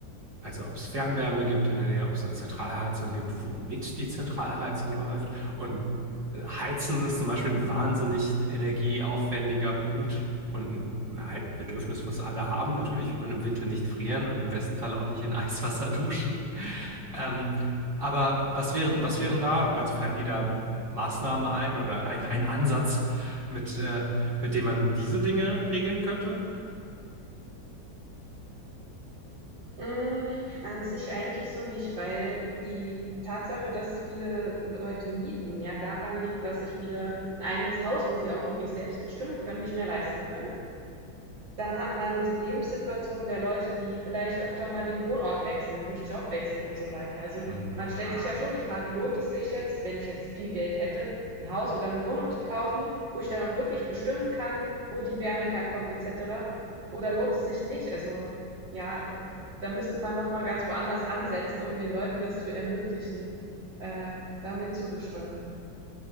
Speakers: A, on the right; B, on the right.
A: Also ob es Fernwärme gibt in der Nähe, ob es eine Zentralheizung gibt, womit die Zentralheizung läuft. Und Heizen ist zum Beispiel ein wahnsinnig energieaufwendiger Punkt und ein, halt Bedürfnis, was alle haben. Natürlich, wir wollen im Winter nicht frieren und im besten Fall auch nicht in Eiswasser duschen. Ähm, aber was wären, was wären da, also fallen die da Maßnahmen ein oder ein, ein Ansatz, mit, äh, mit dem man diese Dinge regeln könnte?
B: Mm, An sich eigentlich so nicht, weil die Tatsache, dass viele Leute mieten, ja daran liegt, dass sich viele ein eigenes Haus, wo sie auch wirklich selbst bestimmen können, nicht mehr leisten können. Dann hat man die Lebenssituation der Leute, die vielleicht öfter mal den Wohnort wechseln, durch Jobwechsel und so weiter. Also
A: Hm.
B: man stellt sich ja schon die Frage, lohnt es sich jetzt, wenn ich jetzt viel Geld hätte, ein Haus oder eine Wohnung zu kaufen, wo ich dann auch wirklich bestimmen kann, wo die Wärme herkommt etc. Oder lohnt es sich nicht? Also ja, da müsste man noch mal ganz woanders ansetzen, um den Leuten das zu ermöglichen, äh, da mitzubestimmen.